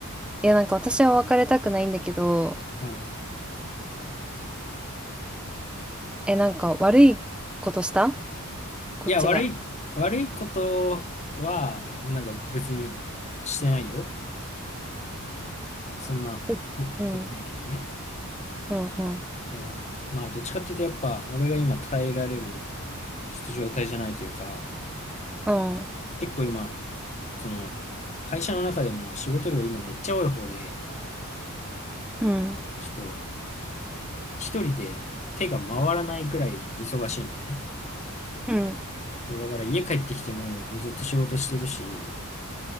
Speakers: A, in the centre; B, on the left.
A: いやなんか私は別れたくないんだけど、
B: うん
A: え、なんか悪いことしたこっちが。
B: いや、悪い、悪いことは、なんか別にしてないよ。そんな、
A: えうん。
B: と、特にないけどね。
A: うん。うん。
B: うん。まあ、どっちかっていうと、やっぱ、俺が今耐えられる、ちょっと状態じゃないというか、
A: うん。
B: 結構今、その、会社の中でも仕事量今めっちゃ多い方で、
A: うん。
B: ちょっと、一人で手が回らないぐらい忙しいのね。
A: うん。
B: そうだから家帰ってきてもずっと仕事してるし、